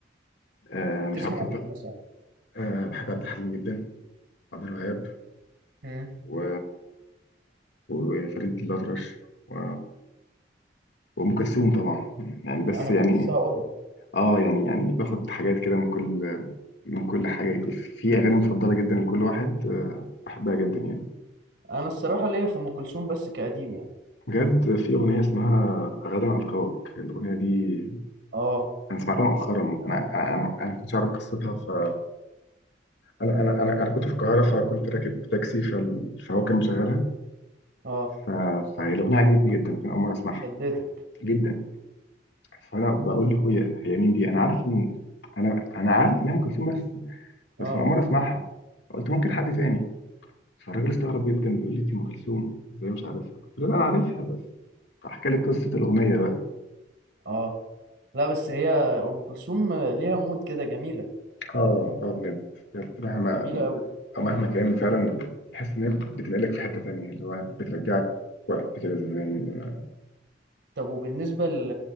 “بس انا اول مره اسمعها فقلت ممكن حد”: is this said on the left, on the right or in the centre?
Left